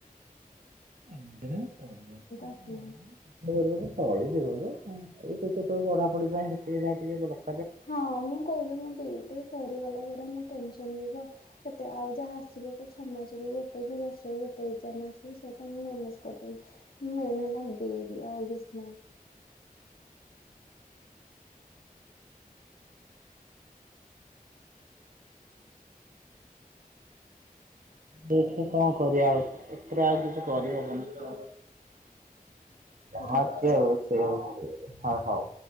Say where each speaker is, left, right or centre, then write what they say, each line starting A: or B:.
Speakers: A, on the right (about 65°); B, on the left (about 80°).
A: ତଳିେଇ ଦ ଏ ଟିକେ
B: ଆସୁନାହାନ୍ତି।
A: ତୋ ପଢାପଢି ପାଇଁ ସେତିକି ଯା ଟିକେ ଭଲ।
B: ହଁ ମୁଁ କହୁଛି ମୋ ବିଇଟେ ସରିଗଲା ପରେ। ଟେନସନ ଯିବ ଏତେ ଆଉ ଯାହା ଆସିବ କ ଛଅ ମାସକୁୁ ଗୋଟେ କି ବର୍ଷକୁ ଗୋଟେଇ ଏକ୍ଜାମ ସେଇଟା ମୁଁ ମ୍ୟାନେଜ କରିଦେବି ମେନ୍ ହେଲା ବିଡି ଆଉ କିଛି ନାହିଁ।
A: ବହୁ କଣ କରିବା ଆଉ ଏଥିରେ ଆଉ କିଛି କରିହବନି। ହଁ
B: ରଖୁଛି।
A: ଅଛି ଆଉ <inaudible> ହଉ ହଉ।